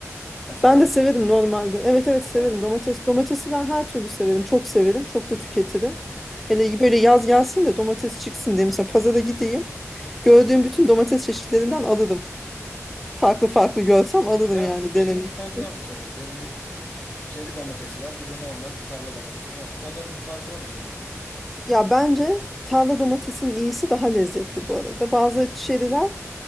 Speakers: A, on the left; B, in the centre.
A: Sen sever
B: Ben de
A: misin?
B: severim normalde. Evet evet severim
A: Ha.
B: domates. Domatesi ben her türlü severim. Çok severim. Çok da tüketirim.
A: Aha,
B: Hele böyle yaz gelsin de domates çıksın diye mesela pazara gideyim.
A: aha.
B: Gördüğüm bütün domates çeşitlerinden alırım. Farklı farklı görsem alırım
A: Ya
B: yani
A: bu
B: denemek
A: şeyin bir farkı
B: için.
A: var mı Serap? Ya bu çeri domatesi var. Bir de normal bu tarla domatesi var ya. Onların bir farkı var mı sence?
B: Ya bence tarla domatesinin iyisi daha lezzetli bu arada. Bazı çeriler